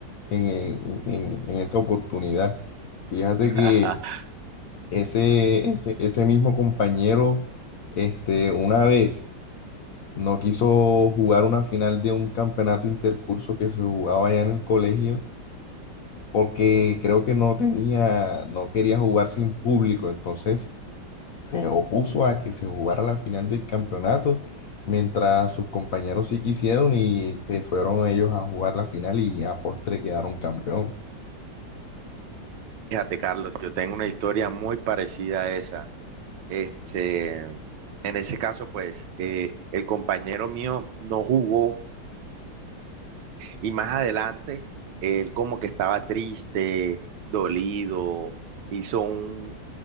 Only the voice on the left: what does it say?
en, en- en esta oportunidad. Fíjate
que ese, ese, ese mismo compañero, este, una vez no quiso jugar una final de un campeonato intercurso que se jugaba allá en el colegio, porque creo que no tenía, no quería jugar sin público, entonces se opuso a que se jugara la final del campeonato. mientras sus compañeros sí quisieron y se fueron ellos a jugar la final y a postre quedaron campeón.